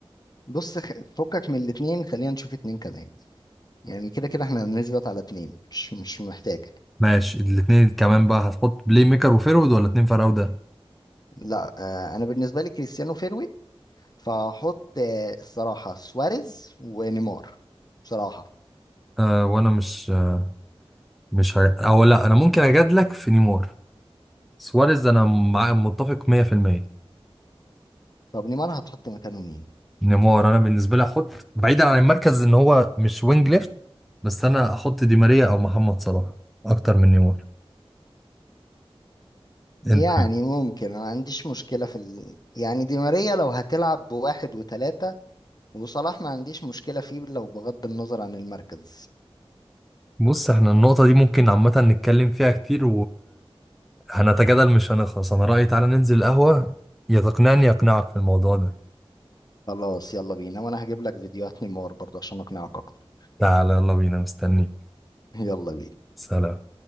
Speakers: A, on the left (about 40°); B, in the centre.
A: بص خ- فكك من الاتنين خلينا نشوف اتنين كمان يعني كده كده احنا بنثبت على اتنين مش مش محتاج
B: ماشي الاثنين كمان بقى هتحط بلاي ميكر وفيرود ولا اتنين فراوده
A: لا آه انا بالنسبة لي كريستيانو فيرويد فهحط آه الصراحة سواريز ونيمار بصراحة
B: آه وانا مش آه مش ه... او لا انا ممكن اجادلك في نيمار سواريز انا مع متفق 100%
A: طب نيمار هتحط مكانه مين؟
B: نيمار انا بالنسبه لي احط بعيدا عن المركز ان هو مش وينج ليفت بس انا احط دي ماريا او محمد صلاح اكتر من نيمار
A: يعني
B: انت
A: ممكن ما عنديش مشكلة في ال... يعني دي ماريا لو هتلعب بواحد وتلاتة وصلاح ما عنديش مشكلة فيه لو بغض النظر عن المركز
B: بص احنا النقطه دي ممكن عامه نتكلم فيها كتير وهنتجادل مش هنخلص انا رايي تعالى ننزل القهوه يا تقنعني يقنعك في الموضوع ده
A: خلاص يلا بينا وانا هجيب لك فيديوهات نيمار برضه عشان اقنعك اكتر
B: تعالى يلا بينا مستنيك
A: <laughs> يلا بينا
B: سلام